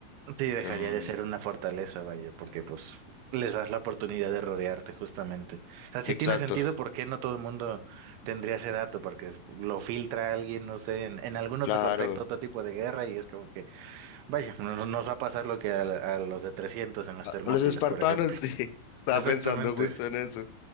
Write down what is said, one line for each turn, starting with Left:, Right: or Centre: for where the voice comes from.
Right: Sí, dejaría
Left: Em,
Right: de ser una fortaleza, vaya, porque pues les das la oportunidad de rodearte justamente. O sea, sí
Left: exacto,
Right: tiene sentido por qué no todo el mundo tendría ese dato, porque lo filtra alguien, no sé, en, en algún
Left: claro.
Right: otro contexto, otro tipo de guerra, y es como que, vaya, no, no nos va a pasar lo que a, la- a los de 300 en las
Left: Ah,
Right: Termópilas,
Left: Los espartanos,
Right: por ejemplo.
Left: <laughs> sí, estaba
Right: Exactamente.
Left: pensando justo en eso.